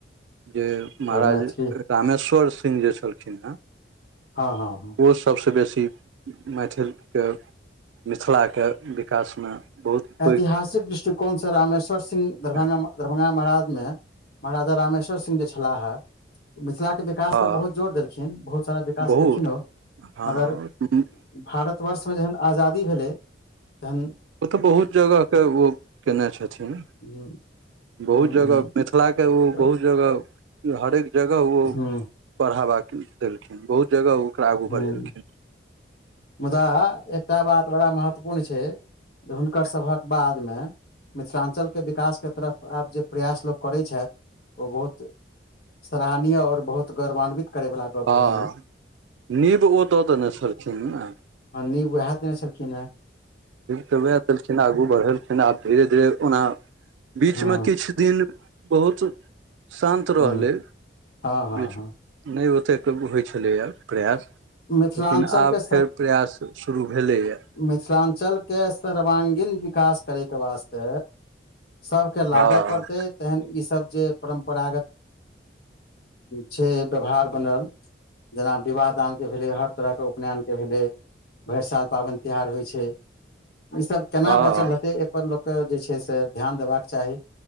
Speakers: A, on the right; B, on the left.
A: जे महाराज
B: तऽ मैथिली
A: कामेश्वर सिंह जे छलखिन हेँ।
B: हँ हँ हँ
A: ओ सबसँ बेसी मैथिलके मिथिलाके विकासमे बहुत
B: ऐतिहासिक
A: पैघ
B: दृष्टिकोण से रामेश्वर सिंह दरभं
A: छनि
B: दरभंगा महाराज मे महाराजा रामेश्वर सिंह जे छला हा मिथिला के व्त विकास
A: हँ
B: पर बहुत जोर देलखिन बहुत सारा विकास
A: बहुत
B: केलखिन ओ
A: हँ
B: मगर
A: ओ
B: भारतवर्षमे जहन आजादी भेलै तहन
A: ओ तऽ बहुत जगह के ओ केने छथिन।
B: हुँ
A: बहुत
B: हुँ
A: जगह
B: हुँ
A: मिथिला के ओ
B: तऽ
A: बहुत जगह हरेक जगह ओ
B: हुँ
A: बढ़ावा देलखिन बहुत जगह ओकरा आगू
B: हुँ
A: बढ़ेलखिन।
B: मुदा एकटा बात बड़ा महत्वपूर्ण छैय। जे हुनकर सभक बादमे मिथिलांचल के विकासके तरफ आब जे प्रयास लोक करैत छथि ओ बहुत सराहनीय और बहुत गौरवान्वित करै वाला गप्प
A: हँ
B: भेलै ई।
A: नीब ओ द देने छड़थिन ने।
B: ह निब ओहे देने छलखीन ह।
A: तऽ वहै देलखिन आगू बढ़ेलखिन आब धीरे धीरे ओना बीच
B: हँ
A: मे किछु दिन बहुत शान्त
B: हुँ
A: रहलै।
B: हँ हँ
A: नहि
B: हँ
A: ओतेक होइत छलैया। प्रयास
B: मिथिलाञ्चलके
A: लेकिन आब फेर प्रयास शुरू भेलैया।
B: मिथिलांचलके सर्वांगीण विकास करय के वास्ते सबके लागऽ
A: हँ
B: पड़ते तेहन ई सब जे परम्परागत छैय व्यवहार बनल जेना विबाद दानके भेलै हर तरहके उपनयनके भेलै भरि साल पाबनि तिहार होइ छै ईसभ केना
A: हँ
B: बचल रहतै एहिपर लोकके जे छै से ध्यान देबाक चाही